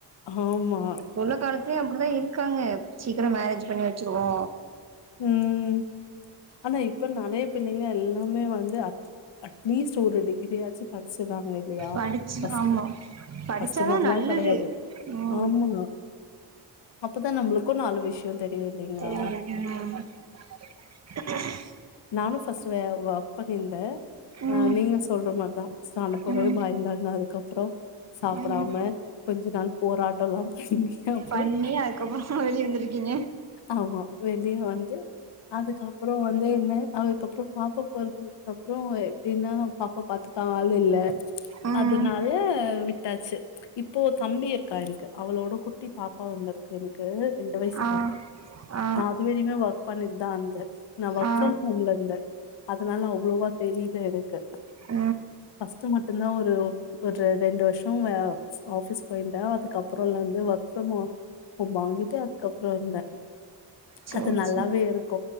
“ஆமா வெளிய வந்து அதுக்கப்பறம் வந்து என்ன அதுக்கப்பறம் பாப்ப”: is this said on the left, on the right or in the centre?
Left